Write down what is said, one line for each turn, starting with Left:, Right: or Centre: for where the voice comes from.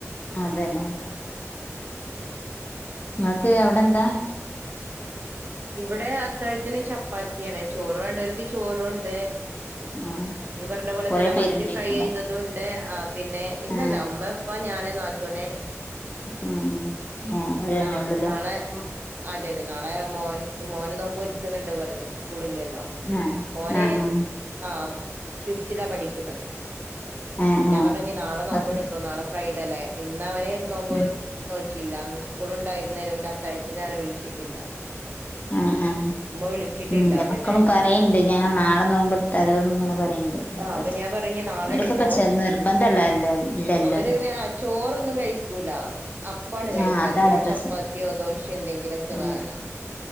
Left: അതെന്നെ അല്ലേ
Right: ഉം <inaudible>
Left: നിങ്ങക്ക് എവിടെന്താ
Right: ഇവിടെ അത്താഴത്തിന് ചപ്പാത്തിയാണ് ചോറ് വേണ്ടവർക്ക് ചോറുണ്ട്
Left: ആഹ്
Right: നീ പറഞ്ഞപോലെ
Left: കൊറെ
Right: തന്നെ
Left: പേരുണ്ടായിരിക്കൂലേ
Right: മത്തി ഫ്രൈ ചെയ്തതുമുണ്ട് പിന്നെ ഇല്ലല്ല
Left: ആഹ്
Right: ഉമ്മ ഉപ്പ ഞാൻ ന്റെ നാത്തൂനെ
Left: ഉം ഏഹ് അവര് തന്നെ
Right: ആ
Left: ഉള്ളൂല്ലേ
Right: നാളെ ആതെ തെ നാളെ മോൻ മോന് നോമ്പോ ൽക്കുന്നുണ്ട് പറഞ്ഞു സ്കൂളില്ലല്ലോ
Left: ആഹ്
Right: മോനെ
Left: ആഹ് ആഹ്
Right: ആ ഫിഫ്ത്തിലാ പഠിക്കുന്നത്
Left: ആഹ്
Right: ഞാൻ
Left: ആഹ്
Right: പറഞ്ഞ ന് നാളെ നോമ്പോ
Left: അപ്പ്
Right: എടുത്തു നാളെ ഫ്രൈഡേ അല്ലേ ഇന്ന് അവന് നോമ്പോ
Left: ഉം
Right: നോറ്റിയില്ലാന്ന് സ്കൂളുണ്ടായിരുന്നേനെപിന്നെ അത്താഴത്തിന അവനെ വിളിച്ചിട്ടില്ല
Left: ആ ആ
Right: ഉമ്മ വിളിച്ചിട്ടില്ല
Left: ഉ എന്റെ മക്കളും
Right: പിന്നെ
Left: പറയണ്ട് ഞാൻ നാളെ നോമ്പോ എടുത്ത ലോന്ന് ഇങ്ങനെ പറയണ്ട്
Right: ആ
Left: അപ്പ
Right: അപ്പൊ
Left: എടു
Right: ഞാൻ പറഞ്ഞ നാളെടുത്തോ
Left: ഓരൊക്കെ ഇപ്പ ചെന്ന് നിർബന്ധള്ളല്ലേ ഇല്ലല്ലല്ലോ
Right: അവന്പിന്നെ ചോറൊന്നും കഴി കഴിക്കൂല അപ്പാണ് കഴിക്ക
Left: ആഹ് അതാണ്
Right: അപ്പ പിന്നെ
Left: പ്രശ്നം
Right: ചപ്പാത്തിയോ ദോശോ എന്തെങ്കിലുംക്കെ
Left: ആഹ്
Right: വേണം
Left: ആഹ്